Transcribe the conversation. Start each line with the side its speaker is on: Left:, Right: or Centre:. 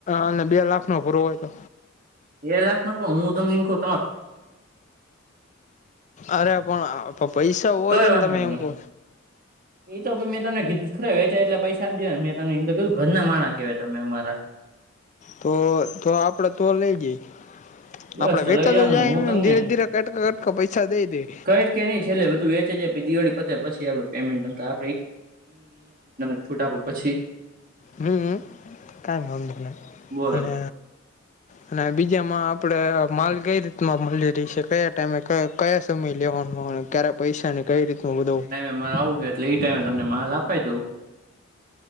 Left: અને બે લાખ નો ભરવો હોય તો
Right: બે લાખનો પણ હું તમને ઇમ કવ
Left: અરે પણ પ પૈસા હોવા
Right: કઈ
Left: જોવે ને
Right: વાંધો
Left: તમે એમ
Right: નહી
Left: કો
Right: એ તો મેં તમને કીધું તો ખરા વેચ્યાય એટલા પૈસા આપ દેવાના મેં તમને ઇમ તો કીધું ઘરના માણા કેવાય તમે અમારા
Left: તો તો આપડે તો લઈ જઈ
Right: બસ
Left: આપડે
Right: તો
Left: વેચાતો
Right: લઈ જવાનું
Left: જાય
Right: હું
Left: એમ
Right: તમને
Left: ધીરે ધીરે કટકા-કટકા પૈસા દઈ દઈ
Right: કઈ કે નહીં છેલ્લે બધું વેચઈ જાય પહી દિવાળી પતે પછી આપડું પેમેન્ટ તમતાર <unintelligible> છૂટ આપો પછી
Left: હમ્મ. કાઇ વાંધો નઈ
Right: બોલો
Left: અને અને બીજામાં આપણે માલ કઈ રીતમાં મળી રેસે કયા ટાઈમે ક કયા સમય લેવાનો અને ક્યારે પૈસાને કઈ રીતમાં બધું
Right: માર આવું હે એટલે ઈ ટાઈમે તમને માલ આપાઈ દઉં